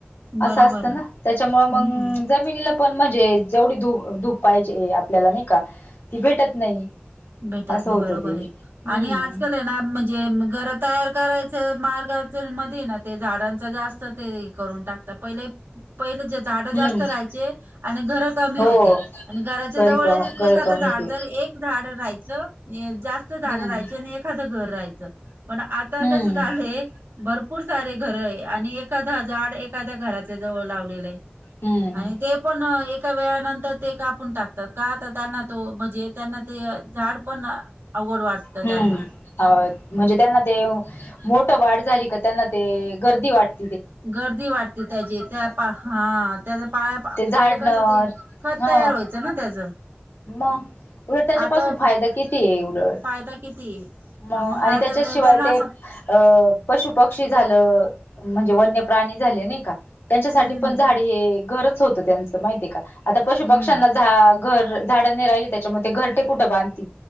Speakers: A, on the right; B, on the left.
A: बरोबर
B: असं असतं
A: आहे
B: ना त्याच्यामुळे मग
A: हम्म
B: जमिनीला पण म्हणजे जेवढी ू धूप पाहिजे आपल्याला नाही का ती भेटत नाही
A: भेटत
B: असं
A: नाही
B: होतं
A: बरोबर
B: ते
A: बर
B: हम्म
A: आणि आजकाल आहे ना म्हणजे घर तयार करायचं मार्गाच्या मध्ये ना ते झाडांच जास्त ते करून टाकत पहिले पहि झाड जास्त
B: हम्म
A: राहायचे आणि घर कमी
B: हो
A: होते आणि घराच्या
B: घरी
A: जवळ
B: क
A: एखा
B: घर कमी
A: झाड
B: होते
A: एक झाड राहायचं जास्त झाड
B: हम्म
A: राहायच आणि एखाद घर राहायचं पण आता
B: हम्म
A: कसं झालंय भर पूर सारे घर आहे आणि एखादाड एखाद्या घराातल्या जवळ लावलेलं आहे
B: हम्म
A: आणि ते पण एक एका वेळ नंतर ते कापून टाकतात काता त्यांना तो म्हणजे त्यांना ते झाड पण अवघड वाटत
B: हम्म
A: त्यांना
B: म्हणजे त्यांना ते मोठ वाढ झाली का त्यांना ते गर्दी वाटते
A: गर्दी वाटते त्याची त्या पा हा त्या पाया
B: ते झाड
A: पहिले कस
B: न
A: ते तयार
B: हा
A: व्हायचं ना त्याच
B: मग उलट त्याच्यापासून
A: आता
B: फायदा किती आहे उलट
A: फायदा किती आहे
B: म
A: पण
B: आणि
A: मग आता
B: त्याच्याशिवाय
A: त्यांना
B: ते
A: असं
B: अं पशु पक्षी झालं म्हणजे वन्य प्राणी झाले नाही का त्यांच्यासाठी
A: हम्म
B: पण झाडे हे घरच होतं त्यांचं माहिती आहे का आता पशु
A: हम्म
B: पक्ष्यांना झा घर झाडंने राहिली त्याच्यामध्ये ते घर ते कुठं बांध